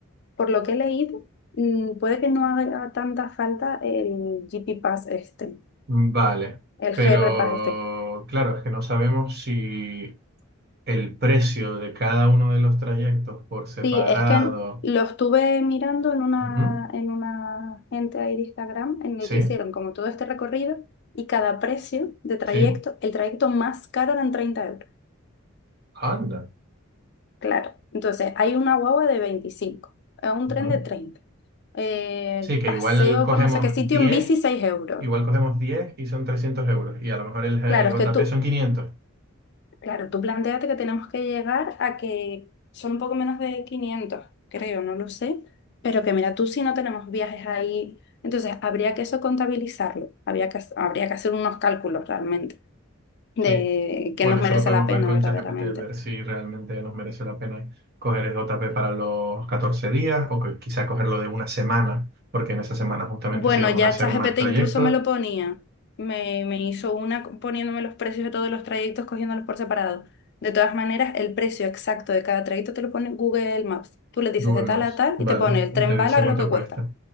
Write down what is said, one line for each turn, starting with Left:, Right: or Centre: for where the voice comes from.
Left: Por lo que he leído, mm, puede que no haga tanta falta el GP Pass este,
Right: mm, vale.
Left: el
Right: Pero
Left: GR Pass este.
Right: claro, es que no sabemos si el precio de cada uno de los trayectos por separado.
Left: Sí, es que lo estuve mirando en una,
Right: Ujú,
Left: en una gente ahí de Instagram en
Right: Sí,
Left: el que hicieron como todo este recorrido y cada precio de trayecto,
Right: sí,
Left: el trayecto más caro eran 30 euros.
Right: anda.
Left: Claro, entonces hay una guagua de 25, eh, un
Right: ujú.
Left: tren de 30, eh,
Right: Sí, que
Left: paseo
Right: igual cogemos
Left: por no sé qué sitio
Right: diez,
Left: en bici 6 euros.
Right: igual cogemos 10 y son 300 euros y a lo mejor el, el
Left: Claro, es
Right: JP
Left: que tú,
Right: son 500.
Left: Claro, tú planteate que tenemos que llegar a que son un poco menos de 500, creo, no lo sé, pero que mira, tú si no tenemos viajes ahí, entonces habría que eso contabilizarlo, habría que, habría que hacer unos cálculos realmente de
Right: Sí,
Left: que
Right: bueno,
Left: nos
Right: eso
Left: merece
Right: lo podemos
Left: la
Right: ver
Left: pena
Right: con
Left: verdaderamente.
Right: ChatGPT, ver si realmente nos merece la pena coger el JP para los 14 días o que quizá cogerlo de una semana, porque en esa semana justamente
Left: Bueno,
Right: sí vamos
Left: ya
Right: a hacer
Left: ChatGPT
Right: más trayectos.
Left: incluso me lo ponía, me, me hizo una poniéndome los precios de todos los trayectos, cogiéndolos por separado. De todas maneras, el precio exacto de cada trayecto te lo pone Google Maps. Tú le dices
Right: Google
Left: de tal
Right: Maps,
Left: a tal
Right: vale,
Left: y te pone el tren
Right: te dice
Left: bala
Right: cuánto
Left: lo que cuesta.
Right: cuesta.